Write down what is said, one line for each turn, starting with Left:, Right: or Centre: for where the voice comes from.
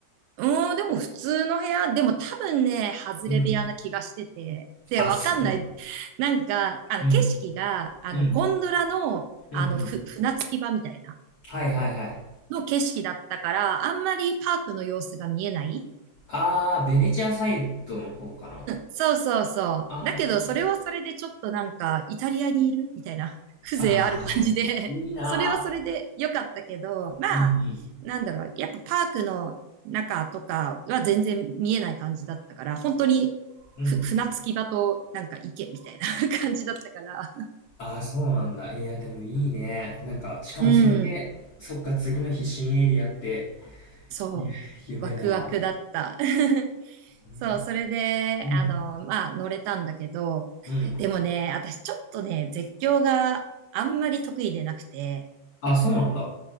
Right: うーん、でも普通の部屋、でも多分ね、外れ部屋な気がしてて。
Left: うん。
Right: で、
Left: あ、
Right: わかんない。
Left: そうなんだ。
Right: なんか、あの、
Left: うん。
Right: 景色が、あの、
Left: うん。
Right: ゴンドラの、
Left: うんうん。
Right: あの、ふ、船着き場みたいな、
Left: はいはいはい。
Right: の景色だったから、あんまりパークの様子が見えない
Left: あー、ベネチアサイドの方かな。
Right: そうそうそう。
Left: あー、
Right: だけど、それはそれでちょっとなんか、イタリアにいるみたいな、<laughs> 風情ある感じで、
Left: あー、はい。いいな
Right: <laughs> それはそれで良かったけど、まあ、
Left: ー。うん
Right: なんだろう、やっぱパークの中とかは全然見えない感じだったから、本当にふ船着き場となんか池みたいな
Left: うん。うん。
Right: <laughs> 感じだったから、
Left: あー、そうなんだ。いや、でもいいね。なんか、しかもそれで、
Right: うん。
Left: そっか、次の日新エリアって、
Right: そう、
Left: ゆ夢だわ。
Right: ワクワクだった。<laughs>
Left: ね
Right: そう、それで、
Left: うん。
Right: あの、まあ、乗れたんだけど、
Left: うん。
Right: でもね、私ちょっとね、絶叫があんまり得意でなくて、
Left: あ、そうなんだ。